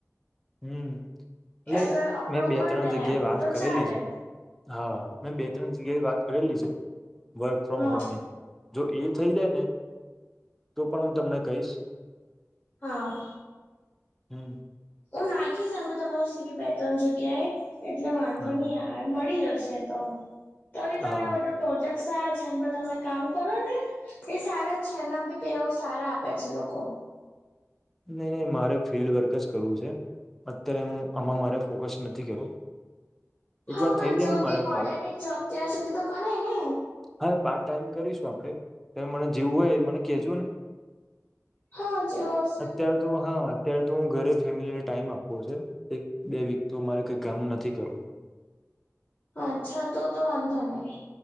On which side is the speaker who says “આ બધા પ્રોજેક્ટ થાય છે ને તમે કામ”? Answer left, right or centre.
Left